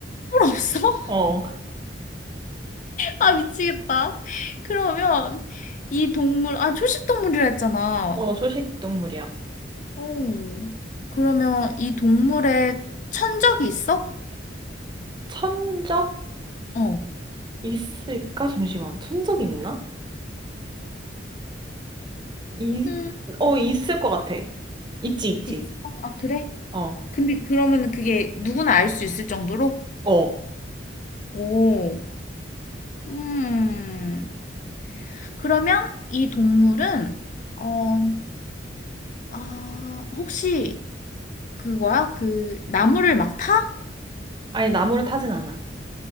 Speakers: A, on the left (about 45°); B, on the right (about 25°).
A: 뿔 없어? <laughs>
B: 어,
A: 아, 미치겠다. 그러면 이 동물, 아, 초식 동물이라 했잖아.
B: 어, 초식 동물이야.
A: 어, 그러면 이 동물에 천적이 있어?
B: 천적
A: 어.
B: 있을까? 잠시만. 천적 있나? 이,
A: 음,
B: 어, 있을 것 같아. 있지, 있지.
A: 있어. 아, 그래?
B: 어,
A: 근데 그러면 그게 누구나 알 수 있을 정도로?
B: 어.
A: 오, 음. 그러면 이 동물은, 어, 아, 혹시 그거야? 그 나무를 막 타?
B: 아니, 나무를 타진 않아.